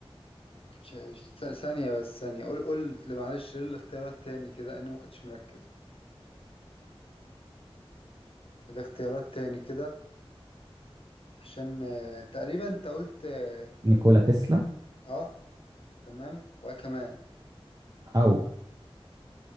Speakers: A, on the left; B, on the right.
A: ش- ش- ثانية بس ثانية قول قول معلش ليه الاختيارات تاني كده إني ما كنتش مركز الاختيارات تاني كده عشان آه، تقريبا انت قلت اه
B: نيكولا تسلا
A: آه، تمام وكمان
B: او